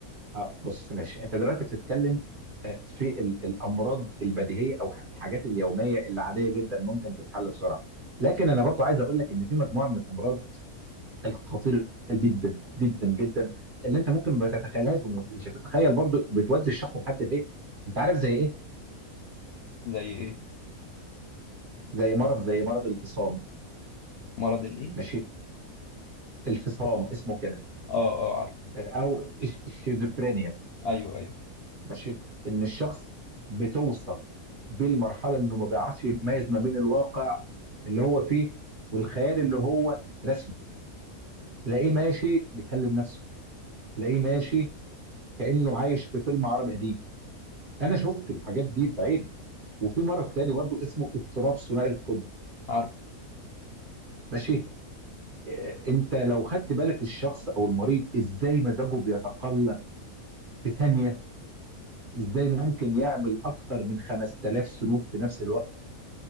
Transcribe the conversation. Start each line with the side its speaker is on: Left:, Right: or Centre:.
Right: اه بص ماشي انت دلوقتي بتتكلم آه، في ال- الامراض البديهيه او ح- الحاجات اليوميه اللي عاديه جدا ممكن تتحل بسرعه لكن انا برضو عايز اقول لك ان في مجموعه من الامراض الخطيره جدا جدا جدا اللي انت ممكن ما تتخيلهاش وم- ومش هتتخيل برضو بتودي الشخص لحد فين انت عارف زي ايه
Left: زي ايه
Right: زي مرض زي مرض الفصام
Left: مرض الايه
Right: ماشي الفصام اسمه كده
Left: اه اه عارف
Right: آه، او الش- الشيزوفرينيا
Left: ايوه ايوه
Right: ماشي ان الشخص بتوصل بيه المرحله انه ما بيعرفش يميز ما بين الواقع اللي هو فيه والخيال اللي هو رسمه تلاقيه ماشي بيكلم نفسه تلاقيه ماشي كانه عايش في فيلم عربي قديم انا شفت الحاجات دي بعيني وفي مرض تاني برضو اسمه اضطراب ثنائي القطب
Left: عارف
Right: ماشي إيه، انت لو خدت بالك الشخص او المريض ازاي مزاجه بيتقلب في ثانيه ازاي ممكن يعمل اكتر من 5000 سلوك في نفس الوقت